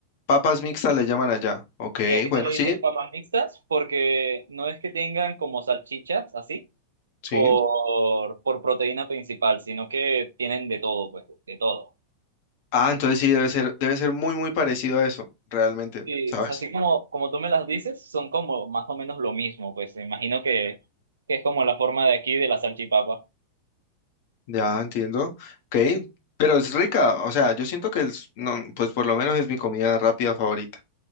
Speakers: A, on the left (about 50°); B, on the right (about 70°).
A: Papas mixtas le llaman allá. Ok,
B: Sí, aquí
A: bueno,
B: se le dice
A: sí,
B: papas mixtas porque no es que tengan como salchichas así
A: sí.
B: por, por proteína principal, sino que tienen de todo, pues, de todo.
A: Ah, entonces sí, debe ser, debe ser muy, muy parecido a eso, realmente,
B: Sí,
A: ¿sabes?
B: o sea, así como, como tú me las dices, son como más o menos lo mismo, pues me imagino que, que es como la forma de aquí de la salchipapa.
A: Ya entiendo. Ok, pero es rica, o sea, yo siento que es, no, pues por lo menos es mi comida rápida favorita.